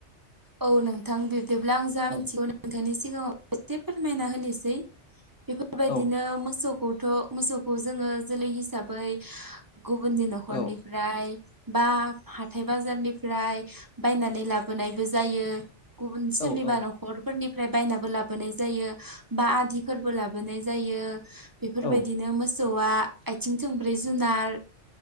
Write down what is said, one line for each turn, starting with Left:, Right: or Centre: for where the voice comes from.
Right: औ नोंथां बिबदिब्ला आं जा
Left: औ
Right: मिथिगौ नोंथांनि सिगाङाव एसे फो फोरमायना होनोसै बेफोरबायदिनो
Left: औ
Right: मोसौ। खौथ' मोसौखौ जोङो जोलै हिसाबै गुबुननि न'खरनिफ्राय।
Left: औ
Right: बा हाथाय बाजारनिफ्राय बायनानै लाबोनायबो जायो। गुबुन सोरनिबा
Left: औ औ
Right: न'खरफोरनि। ओमफ्राय बायनाबो लाबोनाय जायो बा आदिफोरबो लाबोनाय जायो। बेफोरबायदिनो
Left: औ
Right: मोसौआ आथिं थोंब्रै जुनार।